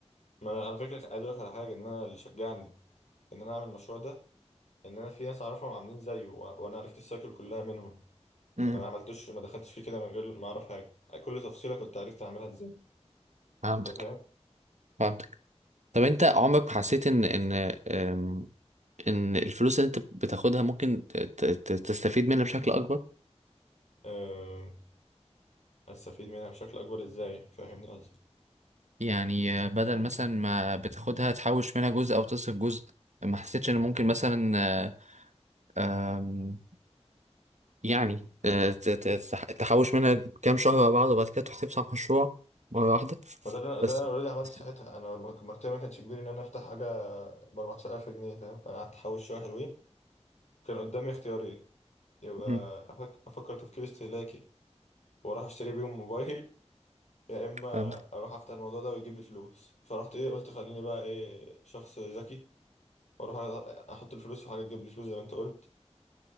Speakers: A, on the left (about 75°); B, on the right (about 80°).
A: ما أنا على فكرة عايز أقولك على حاجة إن أنا اللي شجعني ان انا اعمل المشروع ده ان انا في ناس اعرفهم عاملين زيه وأ- وانا عرفت السايكل كلها منهم
B: امم
A: انا ما عملتوش ما دخلتش فيه كده من غير ما اعرف حاجه كل تفصيله كنت عرفت اعملها ازاي
B: فهمتك
A: انت فاهم
B: فهمتك طب انت عمرك ما حسيت ان ان أم، ان الفلوس اللي انت بتاخدها ممكن ت- ت- ت- تستفيد منها بشكل اكبر
A: أه... استفيد منها بشكل اكبر ازاي فاهمني قصدي
B: يعني بدل مثلا ما بتاخدها تحوش منها جزء او تصرف جزء ما حسيتش ان ممكن مثلا آه، آم، يعني آه، ت- ت- تح- تحوش منها كام شهر على بعض وبعد كده تروح تفتح مشروع مرة واحدة
A: ما ده اللي أنا- ده اللي
B: بس
A: انا اوريدي عملته
B: بس-
A: ساعتها انا مرتبه ما كانش كبير ان انا افتح حاجه ب 14000 جنيه فاهم انا قعدت احوش شويه حلوين كان قدامي اختيارين يبقى
B: مم،
A: أفك... افكر تفكير استهلاكي واروح اشتري بيهم موبايل يا اما
B: فهمتك
A: اروح افتح الموضوع ده ويجيب لي فلوس فرحت ايه قلت خليني بقى ايه شخص ذكي واروح احط الفلوس في حاجه تجيب لي فلوس زي ما انت قلت